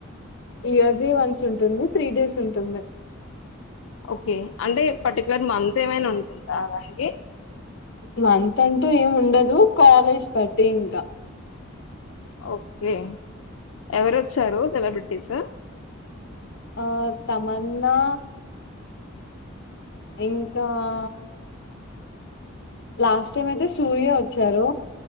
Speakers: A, on the left; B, on the left.
A: ఇయర్లీ వన్స్ ఉంటుంది. త్రీ డేస్ ఉంటుంది.
B: ఓకే అంటే పర్టికులర్ మంత్, ఏమైనా ఉంటుందా దానికి,
A: మంత్ అంటూ ఏం ఉండదు. కాలేజ్ బట్టి ఇంకా
B: ఓకే ఎవరు వోచ్చారు సెలబ్రిటీస్.
A: ఆ తమన్నా ఇంకా ఆ లాస్ట్ టైం అయితే సూర్య వచ్చారు